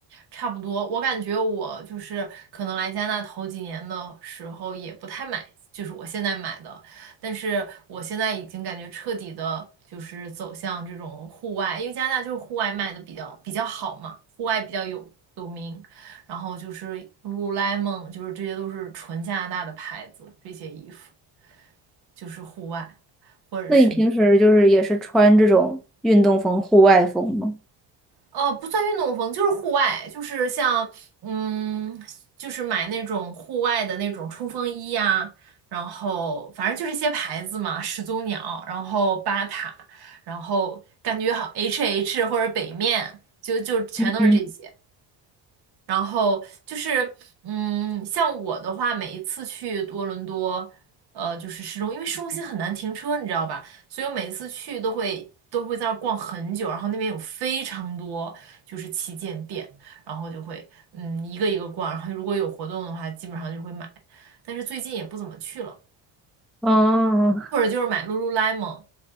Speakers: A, on the right; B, in the centre.
A: 差不多，我感觉我就是可能来加拿大头几年的时候也不太买，就是我现在买的，但是我现在已经感觉彻底的，就是走向这种户外，因为加拿大就是户外卖的比较比较好嘛，户外比较有有名，然后就是 l u l u 就是这些都是纯加拿大的牌子，这些衣服就是户外或者是
B: 那你平时就是也是穿这种运动风、户外风吗？
A: 呃，不算运动风，就是户外，就是像，嗯，就是买那种户外的那种冲锋衣呀、然后反正就是一些牌子嘛，始祖鸟，然后巴塔，然后感觉好 H H 或者北面，就就全都是这些。
B: 嗯，
A: 然后就是，嗯，像我的话，每一次去多伦多，呃，就是市中，因为市中心很难停车，你知道吧？所以我每次去都会都会在那儿逛很久，然后那边有非常多就是旗舰店，然后就会嗯一个一个逛，然后如果有活动的话，基本上就会买，但是最近也不怎么去了，
B: 哦，
A: 或者就是买 Lululemon。